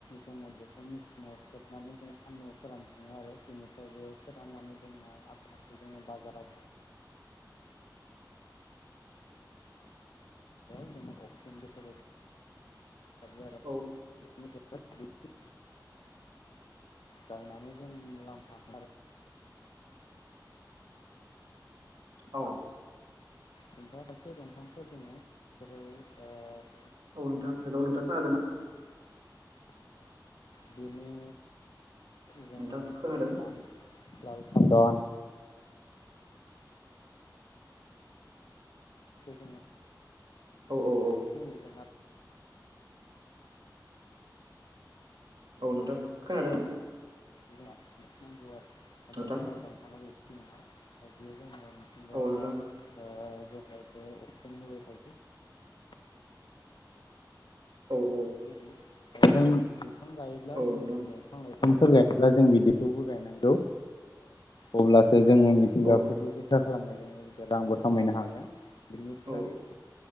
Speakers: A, on the left (about 75°); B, on the right (about 70°).
A: जोङो बेखौ मेसिनाव सोबनानै जों आ न' फोरानफुङो आरो बेनिफ्राय बे फोराननानै जोंना आताखौ जोङो बाजाराव <inaudible> <inaudible> आरो
B: औ।
A: <unintelligible> गायनानै जों मुलाम्फा <inaudible>
B: औ
A: खायसे दंफांफोर दङ जेरै <inaudible>
B: औ नोंथां हेलौ नोंथां खोनादोंना
A: बेनि जोङो
B: नोंथां खोनादों
A: जेरै लाल सन्दन। <inaudible>
B: औ औ।
A: र
B: औ
A: <inaudible> <inaudible>
B: औ नोंथां खोनादोंना
A: नाथाय
B: नोंथां
A: रबार दंफांआ बेफोरबायदि नङा बेयो जोङो मिथिंगायाव।
B: औ नोंथां
A: <inaudible> हायो आरो बेफोर
B: औ औ
A: बायदि बिफां गायोब्ला
B: औ
A: जोङो
B: नोंथां
A: दंफां लाइफां गायोब्ला जों बिदिखौबो गायनांगौ अब्ला जोङो मिथिंगाखौबो
B: औ नोंथां
A: रैखा खालामनायजों लोगोसे रांबो खामायनो हागोन। बिनिफ्राय।
B: औ